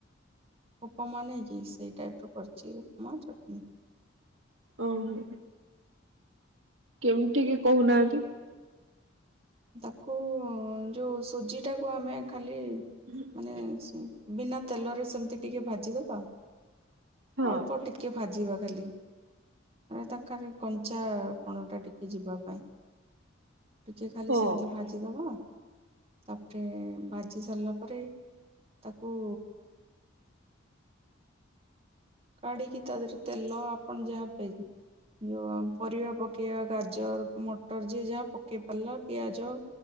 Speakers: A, on the right; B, on the right.
A: ଉପମା ନୁହଁ କି ସେଇ ଟାଇପ୍ର କରିଚି ଉପମା ଚଟଣୀ।
B: ଓହୋ। କେମିତି କି କହୁନାହାନ୍ତି?
A: ତାକୁ ଯୋଉ ସୁଜି ଟାକୁ ଆମେ ଖାଲି
B: ହୁଁ
A: ମାନେ ସେ ବିନା ତେଲରେ ସେମିତି ଟିକେ ଭାଜିଦବା ଅଳ୍ପ
B: ହଁ
A: ଟିକେ ଟିକେ ଭାଜିବା ଖାଲି। ତା ଖାଲି କଞ୍ଚା ପଣ ଟା ଟିକେ ଯିବା ପାଇଁ ଟିକେ ଖାଲି
B: ହଁ
A: ସେମିତି ଭାଜିଦବା ତାପରେ ଭାଜି ସାରିଲା ପରେ ତାକୁ କାଢିକି ତା ଦେହରେ ତେଲ ଆପଣ ଯାହା ପାଇ ଯେଉଁ ଆ ପରିବା ପକେଇବା ଗାଜର ମଟର ଯିଏ ଯାହା ପକେଇ ପାରିଲା ପିଆଜ